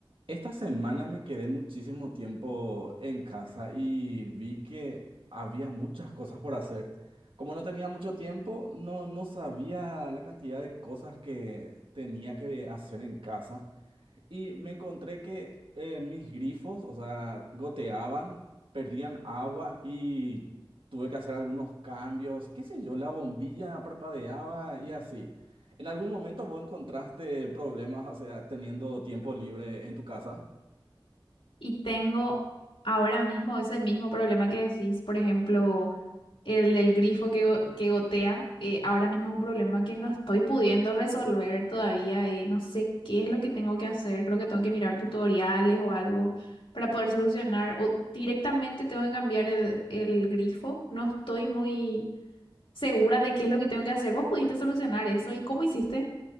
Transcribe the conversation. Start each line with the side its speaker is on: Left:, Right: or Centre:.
Right: Esta semana me quedé muchísimo tiempo en casa y vi que había muchas cosas por hacer. Como no tenía mucho tiempo, no, no sabía la cantidad de cosas que tenía que hacer en casa y me encontré que eh, mis grifos, o sea, goteaban, perdían agua y tuve que hacer algunos cambios, qué sé yo, la bombilla parpadeaba y así. ¿En algún momento vos encontraste problemas, o sea, teniendo tiempo libre en tu casa?
Left: Y tengo ahora mismo ese mismo problema que decís, por ejemplo, el del grifo que, go- que gotea. eh, ahora mismo es un problema que no estoy pudiendo resolver todavía. eh, no sé qué es lo que tengo que hacer. Creo que tengo que mirar tutoriales o algo para poder solucionar. O directamente tengo que cambiar el, el grifo. No estoy muy segura de qué es lo que tengo que hacer. ¿Vos pudiste solucionar eso? ¿Y cómo hiciste?